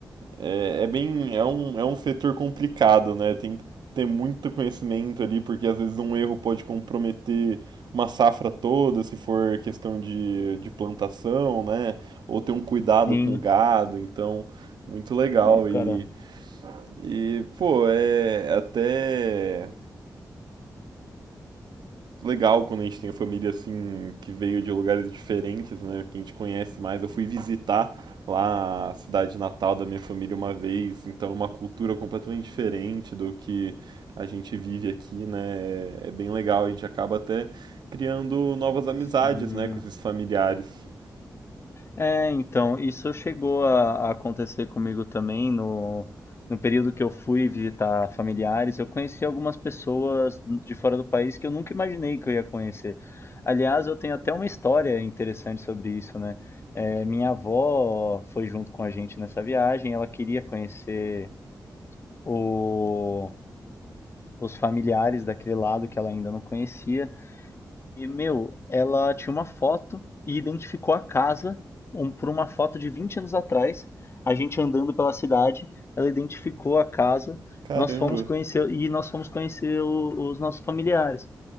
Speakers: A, on the right; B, on the left.
A: É, é bem, é um, é um setor complicado, né? Tem que ter muito conhecimento ali, porque às vezes um erro pode comprometer uma safra toda, se for questão de, de plantação, né? Ou ter um cuidado
B: Sim,
A: com o gado, então, muito legal.
B: é, cara.
A: E, e pô, é até legal quando a gente tem família assim que veio de lugares diferentes, né? Que a gente conhece mais. Eu fui visitar lá a cidade natal da minha família uma vez, então é uma cultura completamente diferente do que a gente vive aqui, né? É bem legal, a gente acaba até criando novas amizades,
B: Hum.
A: né, com esses familiares.
B: É, então, isso chegou a, a acontecer comigo também no, no período que eu fui visitar familiares. Eu conheci algumas pessoas de fora do país que eu nunca imaginei que eu ia conhecer. Aliás, eu tenho até uma história interessante sobre isso, né? É, minha avó foi junto com a gente nessa viagem. Ela queria conhecer o- os familiares daquele lado que ela ainda não conhecia. E, meu, ela tinha uma foto e identificou a casa um- por uma foto de 20 anos atrás. A gente andando pela cidade, ela identificou a casa,
A: Caramba,
B: nós fomos conhecer e nós fomos conhecer o- os nossos familiares.